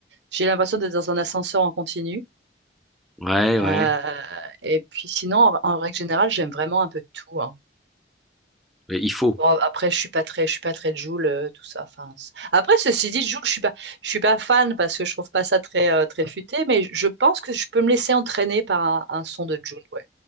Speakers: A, on the right; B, in the centre.
A: j'ai l'impression d'être dans un ascenseur en continu.
B: ouais,
A: Euh,
B: ouais.
A: et puis sinon, en, en règle générale, j'aime vraiment un peu tout. hein.
B: Mais il faut.
A: Bon, après, je suis pas très, je suis pas très Jul, euh, tout ça. Enfin, c'est- après, ceci dit, Jul, je suis pas, je suis pas fan parce que je trouve pas ça très, euh, très futé, mais je pense que je peux me laisser entraîner par un, un son de Jul. Ouais,